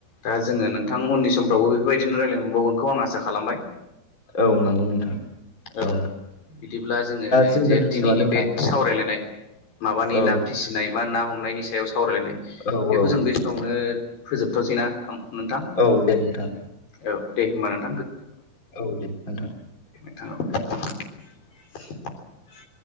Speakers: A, on the left; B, on the left.
A: दा जोङो नोंथां उनि समफ्रावबो बेफोरबायदिनो रायज्लाय मोनबावगोनखौ आं आसा खालामबाय
B: औ नंगौ नोंथां
A: औ
B: ओ
A: बिदिब्ला जोङो
B: जों
A: जे
B: दोनथ'नोसै
A: दिनैनि
B: नामा नोंथां
A: बे सावरायलायनाय माबानि
B: औ
A: ना फिसिनाय एबा ना हमनायनि सायाव सावरायलायनाय
B: औ
A: बेखौ
B: औ
A: जों बे समावनो फोजोबथ'सैना नोंथां
B: औ दे नोंथां
A: औ दे हबा नोंथा
B: औ दे होनद
A: <unintelligible>